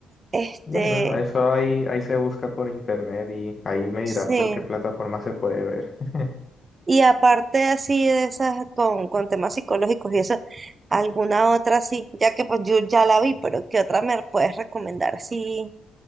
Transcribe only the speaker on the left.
Bueno, eso ahí, ahí se busca por internet y ahí me
dirá por qué plataforma se puede ver. <laughs>